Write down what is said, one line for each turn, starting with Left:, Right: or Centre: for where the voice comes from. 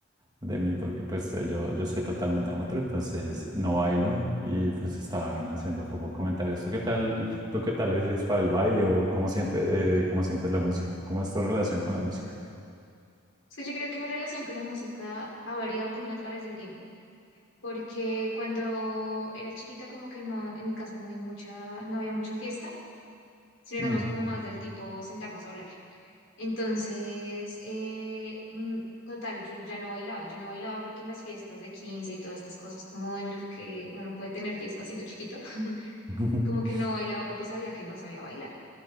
Right: de mí porque pues eh, yo, yo soy totalmente amateur, entonces no bailo y pues estaban haciendo como comentarios, ¿tú qué tal, tú qué tal eres para el baile o cómo sientes, eh, cómo sientes la música? ¿Cómo es tu relación con la música?
Left: Es que yo creo que mi relación con la música ha variado también a través del tiempo, porque cuando era chiquita como que no, en mi casa no hay mucha, no había mucha fiesta, sino éramos
Right: Mm.
Left: como más del tipo sentarnos a hablar. Entonces, eh, mm, total, yo ya no bailaba, yo no bailaba porque en las fiestas de 15 y todas estas cosas como en los que uno puede tener fiesta siendo chiquito, <laughs>
Right: <laughs>
Left: como que no bailaba porque sabía que no sabía bailar.